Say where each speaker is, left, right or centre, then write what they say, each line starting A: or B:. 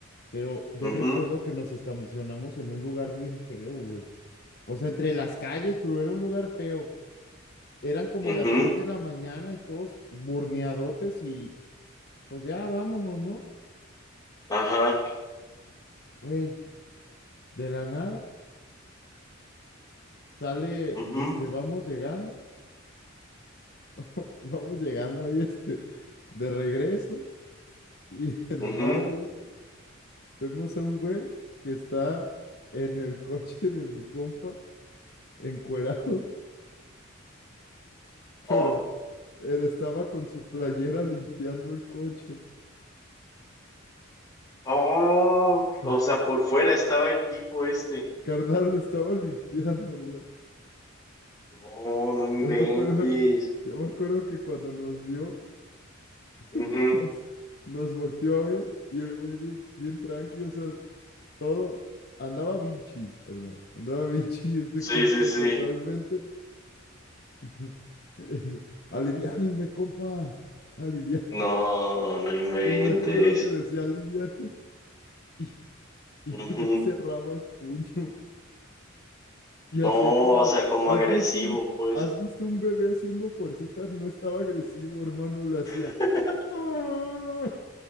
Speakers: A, on the left; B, on the left.
A: pero yo
B: ujú,
A: recuerdo que nos estacionamos en un lugar bien feo, güey. O sea, entre las calles, pero era un lugar feo. Eran como
B: ujú,
A: las 3 de la mañana y todos burneadotes y pues ya vámonos, ¿no?
B: Ajá.
A: Güey, de la nada sale,
B: ujú,
A: este, vamos llegando <laughs> Vamos llegando ahí, este, de regreso y <laughs> de
B: ujú.
A: la nada, güey, vemos a un güey que está en el coche de mi compa, encuerado, <laughs>
B: Oh,
A: pero, pero estaba con su playera limpiando el coche.
B: oh,
A: <laughs>
B: o sea, por fuera estaba el tipo este.
A: Carnal, lo estaba limpiando, güey.
B: No, no inventes.
A: Yo me acuerdo, yo me acuerdo que cuando nos vio,
B: Ujú.
A: <laughs> nos, nos volteó a ver y el güey bien, bien tranqui, o sea, todo andaba bichi, ¿verdad? Andaba <laughs> bichi este
B: Sí,
A: compa
B: sí, sí.
A: totalmente. <laughs> Es, Aliviánenme, compas. Alivian.
B: No, no inventes.
A: Y me acuerdo que decía alivian y, y
B: Ujú.
A: el güey cerraba el puño y
B: No,
A: hacía como,
B: o sea, como
A: ¿has
B: agresivo,
A: visto un,
B: pues.
A: has visto un bebé haciendo fuercitas? No estaba agresivo, hermano, le hacía.
B: <laughs>
A: "Ah".